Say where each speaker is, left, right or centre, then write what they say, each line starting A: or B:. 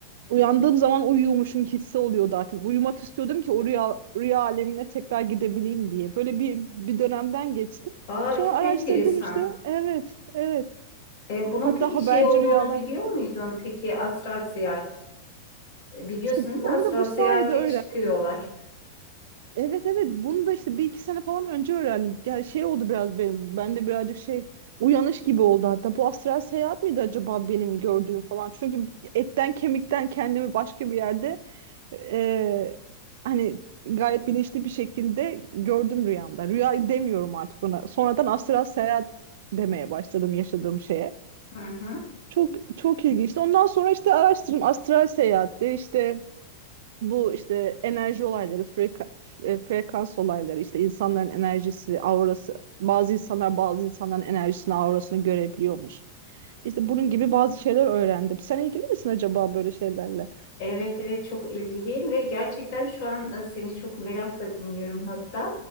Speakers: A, on the right; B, on the left.
A: Uyandığım zaman uyuyormuşum hissi oluyordu artık. Uyumak istiyordum ki o rüya, rüya alemine tekrar gidebileyim diye. Böyle bir, bir dönemden geçtim.
B: Aa
A: Sonra
B: çok
A: araştırdım
B: enteresan.
A: işte. Evet, evet.
B: E, bunun
A: Hatta
B: peki
A: haberci
B: şey olduğunu
A: rüyalar.
B: biliyor muydun? Peki astral seyahat. E, Biliyorsun
A: İşte
B: değil mi?
A: onu
B: Astral
A: da bu sayede
B: seyahate
A: öğrendim.
B: çıkıyorlar.
A: Evet, evet. Bunu da işte bir iki sene falan önce öğrendim. Yani şey oldu biraz benim. bende birazcık şey uyanış gibi oldu hatta. Bu astral seyahat miydi acaba benim gördüğüm falan? Çünkü etten kemikten kendimi başka bir yerde Ee, hani gayet bilinçli bir şekilde gördüm rüyamda. Rüya demiyorum artık buna. Sonradan astral seyahat demeye başladım yaşadığım şeye.
B: Hı hı.
A: Çok çok ilginçti. Ondan sonra işte araştırdım astral seyahatte işte bu işte enerji olayları, freka- e, frekans olayları, işte insanların enerjisi, aurası. Bazı insanlar bazı insanların enerjisini, aurasını görebiliyormuş. İşte bunun gibi bazı şeyler öğrendim. Sen ilgili misin acaba böyle şeylerle?
B: Evet evet çok ilgiliyim ve gerçekten şu an e, seni çok merakla dinliyorum hatta.